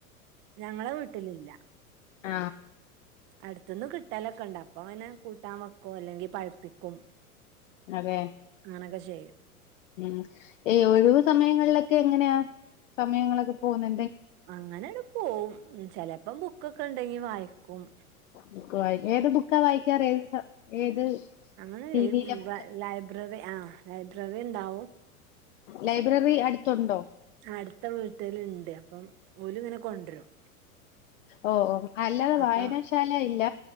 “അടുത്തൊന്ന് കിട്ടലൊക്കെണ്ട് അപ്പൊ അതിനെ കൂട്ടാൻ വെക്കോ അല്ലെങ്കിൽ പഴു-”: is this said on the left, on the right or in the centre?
Right